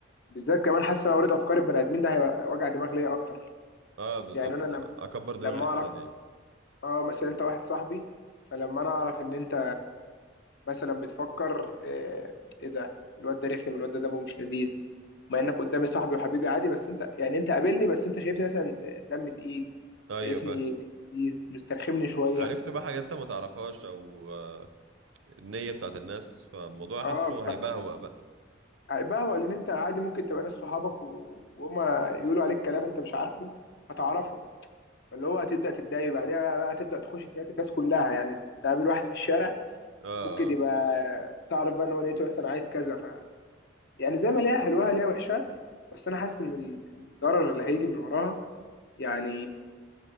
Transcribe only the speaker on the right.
اه بالظبط
اكبر دماغي
احسن يعني
ايوه
فاهم
عرفت بقى حاجات انت ما تعرفهاش او آه النية بتاعت الناس فالموضوع
حاسه هيبهوأ بقى
اه
آه.